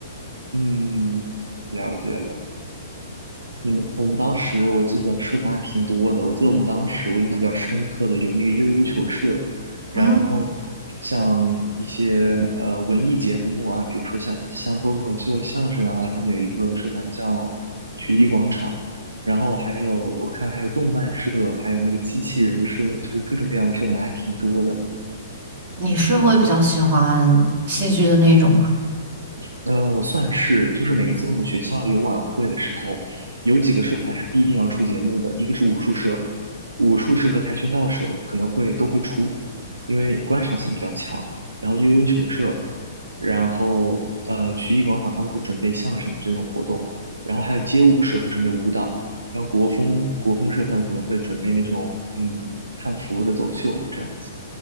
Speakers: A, on the right; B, on the right.
A: 嗯，了解了。你们，我们当时我记得社团还挺多的。我记得我们当时我印象比较深刻的有那个悠悠球社，然后
B: 嗯，
A: 像一些呃文艺节目啊，比如说像像脱口秀、相声啊，他们有一个社团叫曲艺广场。然后还有我看还有动漫社，还有那个机器人社，就是各种各样的社团还挺多的。
B: 你是会比较喜欢戏剧的那种吗？
A: 嗯，我算是，就是每一次我们学校有晚会的时候，有几个社团是必定要出节目的，一个是武术社，武术社和跆拳道社可能会都会出，因为观赏性比较强。然后悠悠球社，然后呃曲艺广场他们会准备相声这种活动，然后还有街舞社会准备舞蹈，然后国风国风社他们可能会准备那种嗯汉服的走秀这样子。